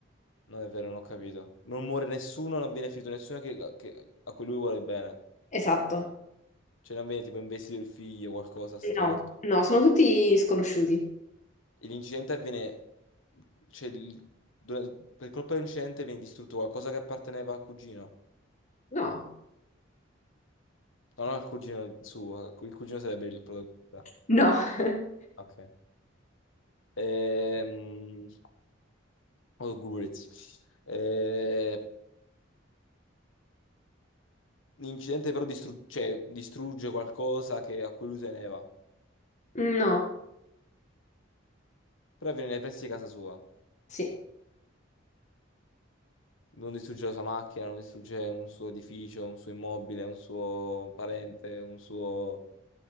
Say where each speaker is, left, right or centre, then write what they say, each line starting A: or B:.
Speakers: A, on the left; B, on the left.
A: Non è vero, non ho capito. Non muore nessuno, non viene ferito nessuno che- che- a cui lui vuole bene.
B: esatto.
A: Cioè non viene tipo investito il figlio, qualcosa storto.
B: No, no, sono tutti sconosciuti.
A: E l'incidente avviene... Cioè, il- dura- per colpa dell'incidente viene distrutto qualcosa che apparteneva al cugino.
B: No.
A: No, non al cugino suo, il cugino sarebbe il protagonista.
B: No, <laughs>
A: Ok. Ehm, oh, Goodreads. Eh, l'incidente però distru- cioè, distrugge qualcosa che- a cui lui teneva.
B: no,
A: Però avviene nei pressi di casa sua.
B: sì,
A: Non distrugge la sua macchina, non distrugge un suo edificio, un suo immobile, un suo parente, un suo...